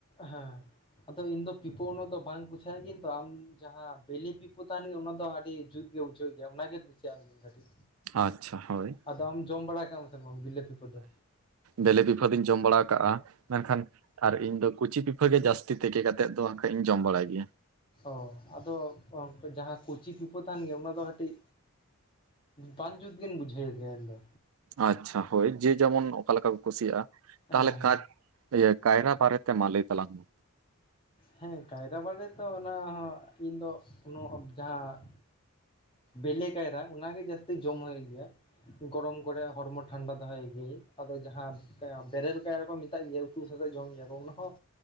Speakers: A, on the left; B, on the right.
A: ᱦᱮᱸ᱾ ᱟᱫᱚ ᱤᱧ ᱫᱚ ᱯᱤᱯᱩ ᱩᱱᱟᱹᱜ ᱫᱚ ᱵᱟᱝᱟᱹ ᱠᱩᱥᱤᱭᱟᱜᱼᱟ ᱜᱤᱭᱟᱹᱧ ᱛᱚ ᱟᱢ ᱡᱟᱦᱟᱸ ᱵᱮᱞᱮ ᱯᱤᱯᱟᱹ ᱛᱟᱦᱮᱸᱱ ᱜᱮ ᱚᱱᱟ ᱫᱚ ᱟᱹᱰᱤ ᱡᱩᱛ ᱜᱮ ᱵᱩᱡᱷᱣ ᱜᱮᱭᱟ ᱚᱱᱟᱜᱮ ᱠᱩᱥᱤᱭᱟᱜᱼᱟ ᱜᱤᱭᱟᱹᱧ ᱠᱟᱹᱤᱡ᱾
B: ᱟᱪᱪᱷᱟ ᱦᱳᱭ
A: ᱟᱫᱚ ᱟᱢ ᱡᱚᱢ ᱵᱟᱲᱟ ᱠᱟᱜ ᱮᱢ ᱥᱮ ᱵᱟᱝ ᱵᱤᱞᱟᱹᱯᱤ ᱠᱚᱫᱚ?
B: ᱵᱮᱞᱮ ᱯᱤᱯᱷᱟᱹ ᱵᱤᱱ ᱡᱚᱢ ᱵᱟᱲᱟ ᱠᱟᱜᱼᱟ ᱢᱮᱱᱠᱷᱟᱱ ᱟᱨ ᱤᱧ ᱫᱚ ᱠᱩᱪᱤ ᱯᱤᱴᱷᱟᱹ ᱜᱮ ᱡᱟᱹᱥᱛᱤ ᱛᱤᱠᱮ ᱠᱟᱛᱮ ᱮᱫ ᱦᱟᱸᱠᱷᱟᱡ ᱤᱧ ᱡᱚᱢ ᱵᱟᱲᱟᱭ ᱜᱮᱭᱟ᱾
A: ᱚ ᱟᱫᱚ ᱡᱟᱦᱟᱸ ᱠᱚᱪᱤ ᱯᱤᱯᱟᱹ ᱛᱟᱦᱮᱸᱱ ᱜᱮᱭᱟ ᱚᱱᱟ ᱫᱚ ᱠᱟᱹᱴᱤᱡ ᱵᱟᱝ ᱡᱩᱛ ᱜᱤᱧ ᱵᱩᱡᱷᱟᱹᱣ ᱜᱮᱭᱟ ᱤᱧᱫᱚ᱾
B: ᱟᱪᱪᱷᱟ ᱦᱳᱭ ᱡᱮ ᱡᱮᱢᱚᱱ ᱚᱠᱟ ᱞᱮᱠᱟ ᱠᱚ ᱠᱩᱥᱤᱭᱟᱜᱼᱟ, ᱛᱟᱦᱚᱞᱮ
A: ᱦᱮᱸ ᱦᱮᱸ
B: ᱠᱟᱡ ᱤᱭᱟᱹ ᱠᱟᱭᱨᱟ ᱵᱟᱨᱮ ᱛᱮ ᱢᱟ ᱞᱟᱹᱭ ᱛᱟᱞᱟᱝ ᱢᱮ᱾
A: ᱦᱮᱸ ᱠᱟᱭᱨᱟ ᱵᱟᱨᱮ ᱛᱚ ᱚᱱᱟ ᱤᱧ ᱫᱚ ᱩᱱᱟᱹᱜ ᱡᱟᱦᱟᱸ ᱵᱮᱞᱮ ᱠᱟᱭᱨᱟ ᱚᱱᱟᱜᱮ ᱡᱟᱹᱥᱛᱤ ᱡᱚᱢ ᱦᱩᱭᱩᱜ ᱜᱮᱭᱟ᱾ ᱜᱚᱨᱚᱢ ᱠᱚᱨᱮ ᱦᱚᱲᱢᱚ ᱴᱷᱟᱱᱰᱟ ᱫᱚᱦᱚᱭ ᱜᱮ, ᱟᱫᱚ ᱡᱟᱦᱟᱸ ᱵᱮᱨᱮᱞ ᱠᱟᱭᱨᱟ ᱠᱚ ᱢᱮᱛᱟᱜ ᱜᱮᱭᱟ ᱛᱩ ᱦᱟᱛ ᱡᱚᱢ ᱧᱩᱭᱟ ᱠᱚ ᱚᱱᱟ ᱦᱚᱸ